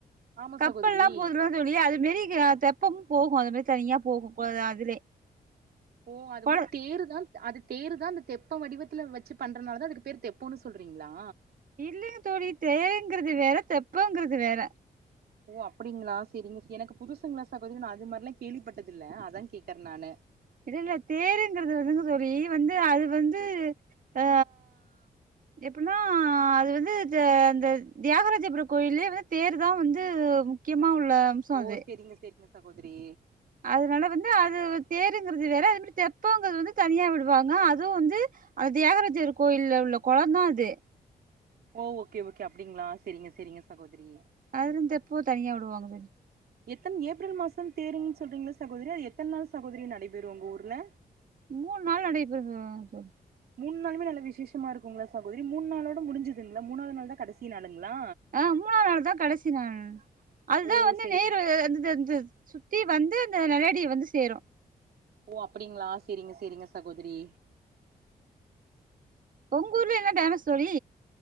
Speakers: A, on the right (about 75°); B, on the right (about 60°).
A: ஆமா
B: கப்பல்லா
A: சகோதரி
B: போதுல தோழி அது மேரி இக தெப்பம் போகு அது மாரி தனியா போகு போ அதுலே
A: ஓ அது
B: கொட
A: வந்து தேருதா அது தேரு தா அந்த தெப்ப வடிவத்துல வச்சு பண்றனாலதா அதுக்கு பேரு தெப்போன்னு சொல்றிங்களா
B: இல்லைங்க தோழி தேருங்குறது வேற தெப்பங்குறது வேற
A: ஓ அப்டிங்ளா செரிங்க எனக்கு புதுசுங்ளா சகோதரி நா அது மார்லா கேள்விப்பட்டதில்ல அதா கேக்குறே நானு
B: இது இல்ல தேருங்குறது வந்துங்க தோழி வந்து அது வந்து ஆ எப்புன்னா அது வந்து இந்த அந்த தியாகராஜபுரம் கோயில்லே வந்து தேர் தா வந்து முக்கியமா உள்ள
A: ஓ
B: அது
A: சேரிங்க சேரிங்க சகோதரி
B: அதனால வந்து அது தேருங்கிறது வேற அது மாரி தெப்போங்றது வந்து தனியா விடுவாங்க அதுவு வந்து அந்த தியாகராஜர் கோயில்ல உள்ள கொளம்தா அது
A: ஓ ஓகே ஓகே அப்டிங்களா சேரிங்க சேரிங்க சகோதரி
B: அதுல இருந்து தெப்போ தனியா விடுவாங்க
A: எத்தன ஏப்ரல் மாசம் தேருங்னு சொல்றீங்ல சகோதரி அது எத்தன நாள் சகோதரி நடைபெறு உங்க ஊர்ல
B: மூணு நாள் நடைப்பெறுது தோழி
A: மூணு நாளுமே நல்ல விசேஷமா இருக்குங்களா சகோதரி மூணு நாளோட முடிஞ்துங்களா மூணாவதுநாள்தா கடைசி நாளுங்களா
B: ஆ மூணாநாளுதா கடைசி நாள் அதுதா
A: ஓ
B: வந்து
A: செரிங்க
B: தேரு அந்தந்த அது சுத்தி வந்து அந்த நெலையடிய வந்து சேரு
A: ஓ அப்டிங்களா சேரிங்க சேரிங்க சகோதரி
B: ஒங்வூர்ல என்ன ஃபேமஸ் தோழி